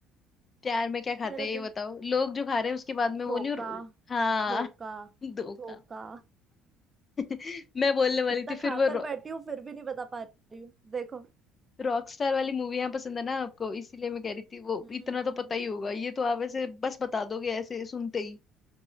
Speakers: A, on the left; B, on the right.
A: प्यार में क्या खाते
B: मेरा
A: हैं
B: दिम
A: ये बताओ लोग जो खा रहे हैं उसके बाद में वो
B: धोखा
A: नहीं और- हाँ
B: धोखा
A: <laughs> धोखा
B: धोखा
A: <laughs> मैं बोलने
B: इतना
A: वाली थी
B: खाकर
A: फिर वो
B: बैठी हूँ फिर भी नहीं बता पा रही हूँ देखो
A: रॉक स्टार <laughs> वाली मूवियां पसंद है ना आपको इसीलिए मैं कह रही थी वो
B: हम्म
A: इतना तो पता ही होगा ये तो आप ऐसे बस बता दोगे ऐसे सुनते ही